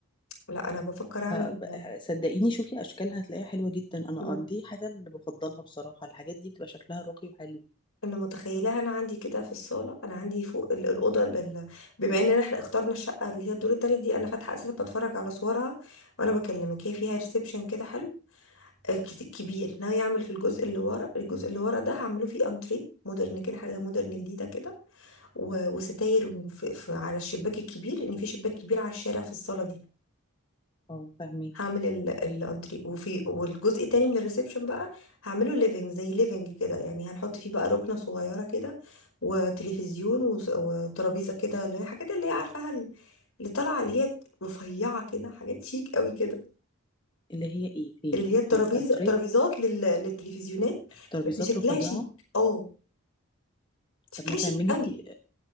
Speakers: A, on the left; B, on the left.
A: لا انا بفكر اعمل
B: ف- ب- صدقيني شوفي اشكالها هتلاقيها حلوه جدا انا
A: مت-
B: آه، دي حاجه اللي بفضلها بصراحه الحاجات دي بتبقى شكلها راقي وحلو
A: انا متخيلها انا عندي كده في الصاله انا عندي فوق ال- الاوضه ال- ال- بما اننا احنا اخترنا الشقه اللي هي الدور التالت دي انا فاتحه اساسا بتفرج على صورها وانا بكلمك هي فيها ريسبشن كده حلو آه، كت- كبير ناوي اعمل في الجزء اللي ورا الجزء اللي ورا ده هعمله فيه انتري مودرن كده حاجه مودرن جديده كده و- وستاير في في على الشباك الكبير لان في شباك كبير على الشارع في الصاله دي
B: اه فاهمك
A: هعمل ال- الانتري وفي والجزء التاني من الريسبشن بقى هعمله ليفنج زي ليفنج كده يعني هنحط فيه بقى ركنة صغيرة كده وتلفزيون وس- وترابيزة كده اللي هي الحاجات اللي هي عارفاها اللي طالعة اللي هي رفيعة كده حاجات شيك قوي كده
B: اللي هي ايه فين
A: اللي هي الترابيزة
B: في الانتريه
A: ترابيزات لل... للتلفزيونات
B: ترابيزات
A: بس شكلها
B: رفيعه
A: شيك اه شكلها
B: طب ما تعملي
A: شيك قوي
B: تي...